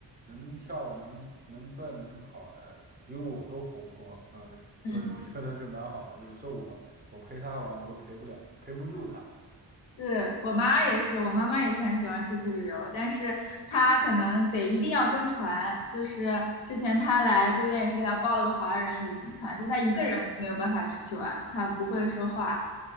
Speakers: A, on the right (about 20°); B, on the left (about 85°).
A: 能跳，能能蹦，能跑的，比我都活泼。啊。所以我觉得就蛮好的。
B: 嗯。
A: 有时候我我陪他玩，我都陪不了，陪不住他。
B: 是我妈也是，我妈妈也是很喜欢出去旅游，但是她可能得一定要跟团。就是之前她来这边也是给她报了个华人旅行团，就她一个人没有办法出去玩，她不会说话。